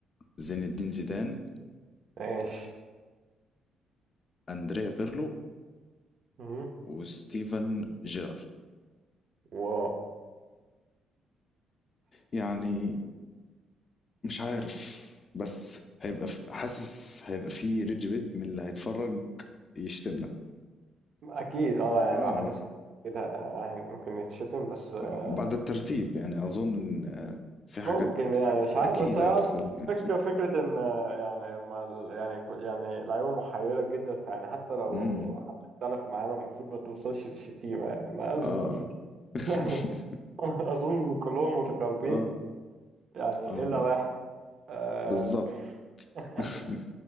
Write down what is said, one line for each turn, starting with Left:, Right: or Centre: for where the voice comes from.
Left: زين الدين زيدان
Right: ماشي
Left: أندريا بيرلو
Right: مهم.
Left: وستيفن جيرارد
Right: واو
Left: يعني مش عارف بس هيبقى ف... حاسس هيبقى في ريدج بيت من اللي هيتفرج يشتمنا
Right: أكيد اه يعني
Left: آه.
Right: لو حد سمع كده يعني ممكن يتشتم بس آه،
Left: اه بعد الترتيب يعني اظن ان آه، في حاجات
Right: ممكن يعني مش عارف
Left: اكيد
Right: بس هو
Left: هتخلي يعني
Right: فكرة فكرة إن آه، يعني ما ال- يعني كو- يعني لعيبة محيرة جدا فيعني حتى لو
Left: امم
Right: حد اختلف معانا المفروض ما توصلش للشتيمة يعني ما أظن
Left: اه
Right: <laughs>
Left: <laughs>
Right: يعني أظن إن كلهم متقاربين
Left: اه
Right: يعني
Left: اه
Right: إلا واحد آه،
Left: بالظبط
Right: <laughs>
Left: <laughs>